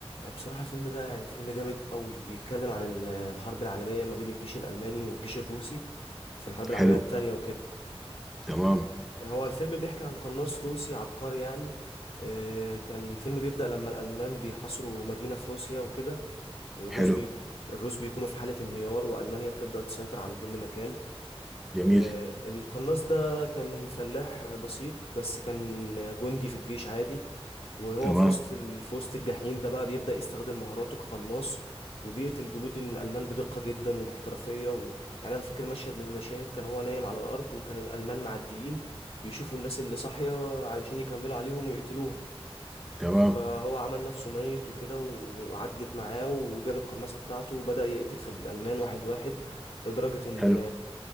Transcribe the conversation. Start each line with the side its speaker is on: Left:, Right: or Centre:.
Left: بصراحه الفيلم ده يعني فيلم جامد قوي بيتكلم عن ال- الحرب العالميه ما بين الجيش الالماني والجيش الروسي في الحرب
Centre: حلو
Left: العالميه التانية وكده
Centre: تمام
Left: هو الفيلم بيحكي عن قناص روسي عبقري يعني آه، كان الفيلم بيبدأ لما الألمان بيحاصروا مدينة في روسيا وكده والروس
Centre: حلو
Left: بي... الروس بيكونوا في حالة انهيار وألمانيا بتبدأ تسيطر على كل مكان
Centre: جميل
Left: آه، القناص ده كان فلاح بسيط بس كان جندي في الجيش عادي وهو
Centre: تمام
Left: في وسط ال- في وسط الجحيم ده بقى بيبدأ يستخدم مهاراته كقناص وبيقتل جنود الألمان بدقة جدا وباحترافية و... يعني أنا فاكر مشهد من المشاهد كان هو نايم على الأرض وكان الألمان معديين بيشوفوا الناس اللي صاحية علشان يكملوا عليهم ويقتلوهم
Centre: تمام
Left: فهو عمل نفسه ميت وكده و- وعدت معاه وجاب القناصة بتاعته وبدأ يقتل في الألمان واحد واحد لدرجة إن
Centre: حلو